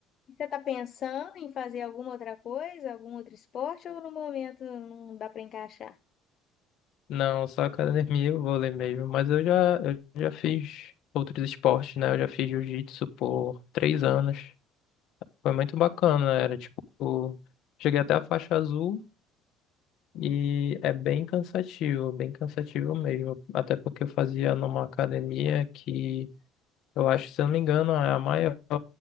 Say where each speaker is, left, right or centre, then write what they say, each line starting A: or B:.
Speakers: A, on the left; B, on the left.
A: você tá pensando em fazer alguma outra coisa, algum outro esporte ou no momento não dá para encaixar?
B: Não, só academia eu vou ler mesmo. Mas eu já, eu já fiz outros esportes, né? Eu já fiz jiu-jitsu por três anos. Foi muito bacana, era tipo... Cheguei até a faixa azul e é bem cansativo, bem cansativo mesmo. Até porque eu fazia numa academia que Eu acho, se eu não me engano, é a maior